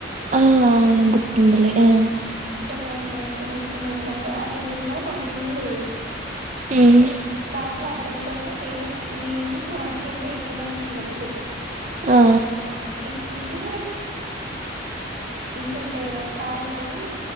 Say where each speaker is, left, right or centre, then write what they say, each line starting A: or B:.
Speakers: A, on the right; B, on the right.
A: ఆ ఏంటి ఇందల ఆ
B: కాయిల అ అంతా వేసుకొని వెళ్తాంట అది నింద మాకి ముందు
A: ఉమ్
B: దాడ్లా దం పైన నేను నేను మాకేమో ఎక్కినాము చిన్నప్పుడు
A: ఆ
B: ఎకింగ్ంటి ఇవి ఉంటాయి కదా కాళ్ళ అవి